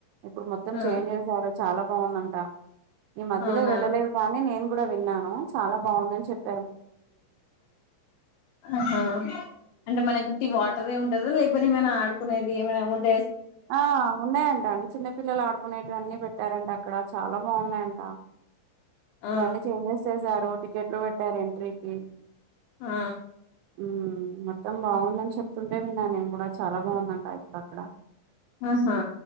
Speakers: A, on the right; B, on the left.
A: ఇప్పుడు మొత్తం
B: ఆ
A: చేంజ్ చేసారు చాలా బావుందంట ఈ మధ్యలో
B: అవునా
A: వెళ్ళలేదు కానీ నేను కూడా విన్నాను చాలా బావుందని చెప్
B: ఆహా అంటే మనకుట్టి వాటర్ ఏ ఉంటందా లేకపోతేమైనా ఆడు కునేది ఏమనా ఉన్
A: ఆ ఉన్నాయంట అండి చిన్న పిల్లలు ఆడుకొనేటివన్నీ పెట్ ట్టారంటక్కడ చాలా బాగున్నాయ్ ట ఇప్పుడు
B: ఆ
A: అన్నీ చేంజెస్ చేసారు టికెట్లు పెట్టారు ఎంట్రీకి
B: ఆ
A: మ్ మొత్తం బావుందని చెప్తుంటే విన్నా నేను కూడా చాలా బాగుందంటా ఇప్పుడు అక్కడ
B: ఆహా